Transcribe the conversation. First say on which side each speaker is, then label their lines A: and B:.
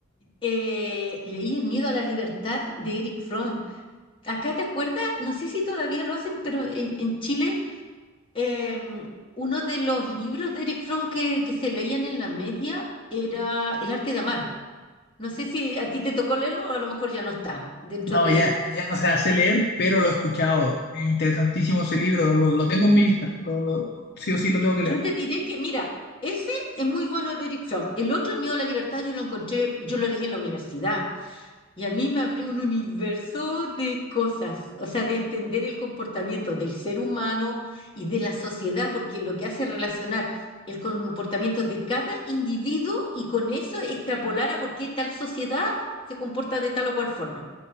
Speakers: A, on the left; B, on the left.
A: Eh, leí El miedo a la libertad de Eric Fromm. Acá te acuerdas, no sé si todavía lo hacen, pero en, en Chile, em, uno de los libros de Eric Fromm que, que se leían en la media era El arte de amar. No sé si a ti te tocó leerlo o a lo mejor ya no está dentro
B: No, ya, ya no se hace leer, pero lo he escuchado. Es interesantísimo ese libro, lo, lo tengo en mi lista, lo, lo- sí o sí lo tengo que
A: Yo
B: leer.
A: te diré que, mira, ese es muy bueno de Eric Fromm. El otro, El miedo a la libertad, yo lo encontré, yo lo leí en la universidad y a mí me abrió un universo de cosas, o sea, de entender el comportamiento del ser humano y de la sociedad, porque lo que hace es relacionar el comportamiento de cada individuo y con eso extrapolar a por qué tal sociedad se comporta de tal o cual forma.